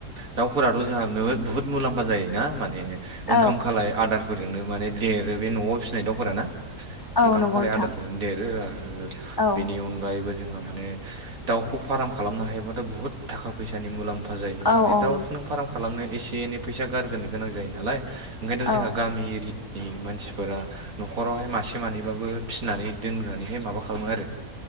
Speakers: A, on the right (about 65°); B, on the left (about 15°).
A: दाउफोराथ' जोंहा नोगोद बुहुत मुलाम्फा जायोना। माने ओंखाम
B: औ
A: खालाय आदारफोरजोंनो माने देरो बे न'आव फिसिनाय दाउफोरा ना ओंखाम
B: औ नंगौ
A: खालाय
B: नोंथां
A: आदारफोरजों देरो आरो
B: औ
A: बेनि अनगायैबो जोंहा माने दाउखौ फाराम खालामनो हायोबाथ' बुहुत थाखा फैसानि मुलाम फा जायो
B: औ
A: माने
B: औ
A: दाउखौनों
B: नंगौ
A: फाराम खालामनो एसे एनै फैसा गारग्रो गोनां जायो नालाय। ओंखायनोथ' जोंहा
B: औ
A: गामि एरि नि मानसिफोरा न'खरावहाय मासे मानैबाबो फिसिनानै दोननानैहे माबा खालामो आरो।